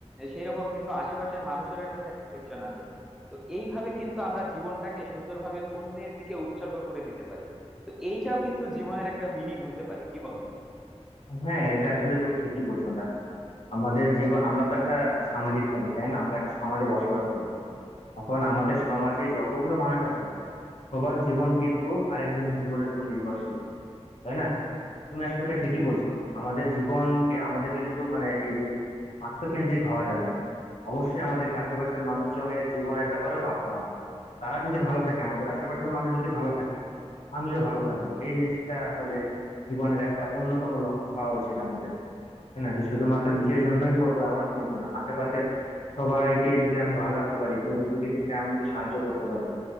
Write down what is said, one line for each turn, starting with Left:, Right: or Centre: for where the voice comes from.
Centre: সেই রকম কিন্তু আশেপাশের মানুষেরও একটা স্যাটিসফ্যাকশন আসে তো এইভাবে কিন্তু আমরা জীবনটাকে সুন্দরভাবে অন্যের দিকে উৎসর্গ করে দিতে পারি তো এইটাও কিন্তু জীবনের একটা মিনিং হতে পারে কি বলো
Left: হ্যাঁ এটা আসলে তুমি ঠিকই বলছো দেখো আমাদের জীবন আমরা তো একটা সামাজিক প্রাণী তাই না আমরা একটা সমাজে বসবাস করি এখন আমাদের সমাজে যতগুলো মানুষ আছে সবার জীবন কিন্তু আরেকজনের জীবনের উপর নির্ভরশীল তাই না তুমি আসলে এটা ঠিকই বলছো আমাদের জীবনকে আমাদেরকে কিন্তু মানে এই যে আত্মকেন্দ্রিক হওয়া যাবে না অবশ্যই আমাদেরকে আশেপাশের মানুষজনের জীবনের ব্যাপারেও ভাবতে হবে তারা যদি ভালো থাকে আমাদের আশেপাশের মানুষ যদি ভালো থাকে আমিও ভালো থাকবো এই জিনিসটা আসলে জীবনের একটা অন্যতম লক্ষ্য হওয়া উচিত আমাদের হ্যাঁ না যে শুধুমাত্র নিজের জন্যই করব এমন কিন্তু না আশেপাশের সবাইকে যদি আমি ভালো রাখতে পারি গরিব দুঃখীদেরকে আমি যদি সাহায্য করতে পারি